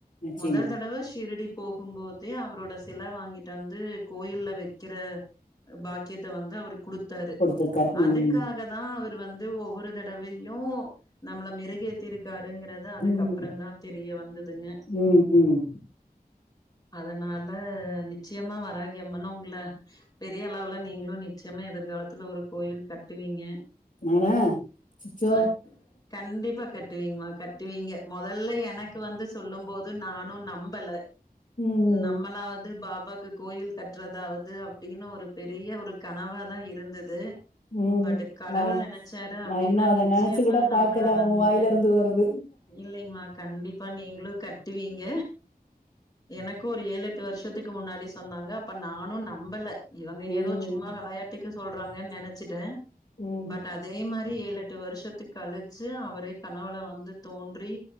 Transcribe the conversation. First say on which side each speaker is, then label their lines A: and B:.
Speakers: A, on the left; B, on the left.
A: நிச்சயமா
B: முதல் தடவ ஷிரடி போகும்போதே அவரோட சிலை வாங்கிட்டு வந்து கோயில்ல வைக்கிற பாக்கியத்த வந்து அவுருக்கு குடுத்தாரு
A: குடுத்துருக்காரு
B: அதுக்காக
A: ம்
B: தா அவர் வந்து ஒவ்வொரு தடவையு நம்மள மெருகேத்தி இருக்காருங்க அதுதாஅதுக்கப்பற
A: ம்
B: தா தெரிய வந்ததுங்க
A: ம் ம்
B: அதனால நிச்சயமா வராகியம்மனும் உங்கள பெரிய அளவுல நீங்களும் நிச்சயமா எதிர்காலத்துல ஒரு கோயில் கட்டுவீங்க
A: நானா அச்சச்சோ
B: ஆ கண்டிப்பா கட்டுவீங்கள கட்டுவீங்க மொதல்ல எனக்கு வந்து சொல்லும் போ ந்து நானு நம்பல
A: ம்
B: நம்மளாவது பா அப்பாக்கு கோயில் கட்டுறதாவது அப்டின்னு ஒரு பெரிய ஒரு கனவா தா இருந்தது
A: ம்
B: பட் கடவுள்
A: நா
B: எனக் புடிச்சாரு அப்டின்னா
A: நா இன்னு அத
B: நிச்சயமா
A: நெனச்சு கூட
B: நம்மள
A: பாக்கல
B: வந்து
A: உ வாயில இருந்து வருது
B: இல்லைங்கமா கண்டிப்பா நீங்களு க வெட்டுவீங்க எனக்கு ஒரு ஏழு எட் பத்து வருஷத்துக்கு முன்னாடி சொன்னாங்க அப்ப நானு நம்பல இவுங்க ஏதோ
A: ம்
B: சும்மா வெளயாட்டுக் எதுக்கு சொல்றாங்கன் நெனச்சிட்டே
A: ம்
B: பட் அதே மாரி ஏழு எட்டு வருஷத்துக்கு கழிச்சு அவரே கனவுல வந்து தோன்றி